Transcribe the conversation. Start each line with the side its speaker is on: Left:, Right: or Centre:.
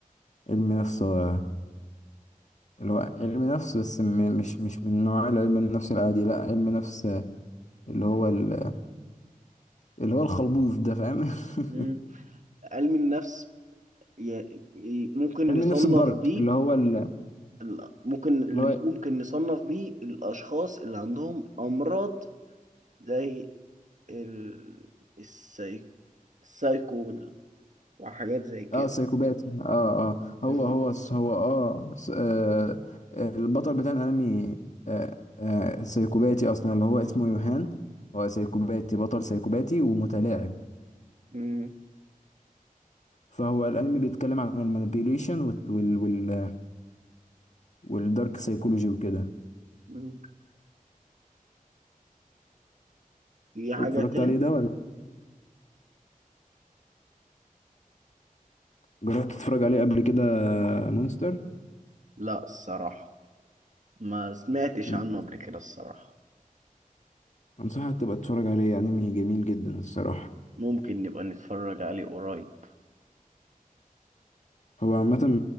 Left: علم نفس آه، اللي هو علم نفس بس م- مش مش من نوع علم النفس العادي لا علم نفس آه، اللي هو ال- اللي هو الخلبوز ده فاهم
Right: مم.
Left: <laughs>
Right: علم النفس ي- ي- ممكن
Left: علم
Right: نصنف
Left: النفس الدارك
Right: بيه
Left: اللي هو ال-
Right: ال- ممكن اللي
Left: اللي هو
Right: ممكن نصنف بيه الأشخاص اللي عندهم أمراض زي ال... السي... السايكو وال- وحاجات زي كده
Left: اه سايكوباتي اه اه
Right: بز...
Left: هو هو هو اه س- آه، آه، البطل بتاع الانمي آه، آه، سايكوباتي اصلا اللي هو اسمه يوهان هو سايكوباتي بطل سايكوباتي ومتلاعب
Right: مم.
Left: فهو الانمي بيتكلم عن المانيبيوليشن وال وال والدارك سايكولوجي وكده
Right: مم. في حاجة
Left: اتفرجت
Right: تاني؟
Left: عليه ده ولا جربت تتفرج عليه قبل كده مونستر
Right: لا الصراحة ما سمعتش
Left: مم.
Right: عنه قبل كده الصراحة
Left: انصحك تبقى تتفرج عليه انمي جميل جدا الصراحة
Right: ممكن نبقى نتفرج عليه قريب
Left: هو عامة